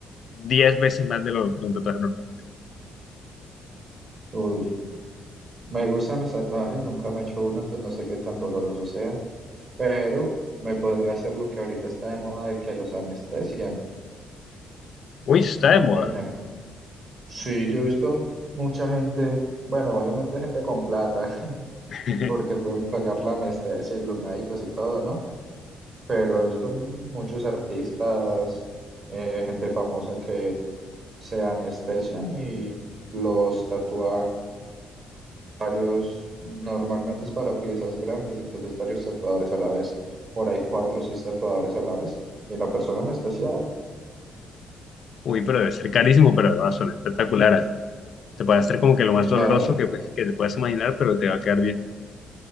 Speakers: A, on the left; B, on the right.
A: 10 veces más de, lo, de un tatuaje normal.
B: Uy, me gustan los tatuajes, nunca me he hecho uno, entonces no sé qué tan doloroso sea, pero me podría hacer lo que ahorita está de moda de que los anestesian.
A: Uy, eso está de moda.
B: Y ya no- Sí, yo he visto mucha gente, bueno, obviamente gente con plata, <laughs>
A: <laughs>
B: porque pueden pagar la anestesia y los médicos y todo, ¿no? pero he visto muchos artistas, eh, gente famosa que se anestesian y los tatúan varios, normalmente es para piezas grandes, entonces varios tatuadores a la vez, por ahí cuatro o seis tatuadores a la vez, y la persona anestesiada.
A: Uy, pero debe ser carísimo, pero va a sonar espectacular. ¿ah? Te puede hacer como que lo más doloroso
B: eh,
A: que, pues, que te puedas imaginar, pero te va a quedar bien.